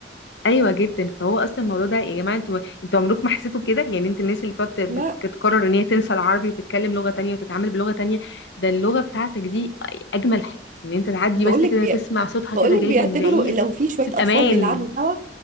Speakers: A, on the left; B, on the right.
A: ايوه جدا فهو اصلا الموضوع ده يا جماعه انتوا انتوا عمركم ما حسيتوا كده يعني انت الناس اللي بتقعد
B: لا
A: بتك- بتقرر ان هي تنسى العربي وتتكلم لغه تانية وتتعامل بلغه تانية ده اللغه بتاعتك دي اجمل حاجه ان انت تعدي
B: بقول
A: بس
B: لك
A: كده
B: بي...
A: تسمع صوتها
B: بقول
A: كده
B: لك
A: جاي
B: بيعتبروا
A: من بعيد
B: لو في شويه
A: تحس بامان
B: اطفال بيلعبوا سوا